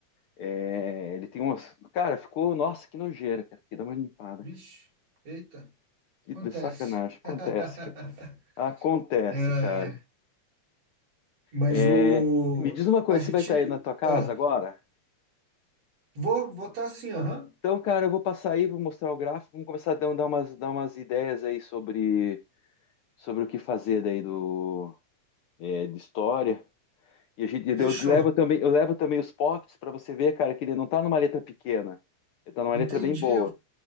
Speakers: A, on the left; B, on the right.
A: é, ele tem umas. Cara, ficou. Nossa, que nojeira, cara. Tem que dar uma limpada.
B: Vixe, eita,
A: Que
B: acontece.
A: sacanagem. Acontece,
B: <laughs>
A: cara. Acontece,
B: É,
A: cara.
B: mas
A: É,
B: o.
A: me diz uma coisa,
B: A gente.
A: você vai estar aí na tua casa
B: Ah,
A: agora?
B: vou votar assim, aham.
A: Então, cara, eu vou passar aí, vou mostrar o gráfico, vamos começar a dar dar umas, dar umas ideias aí sobre sobre o que fazer daí do, é, de história. E a gente, eu
B: Fechou.
A: levo também, eu levo também os pops para você ver, cara, que ele não tá numa letra pequena. Ele tá numa
B: Entendi.
A: letra bem boa.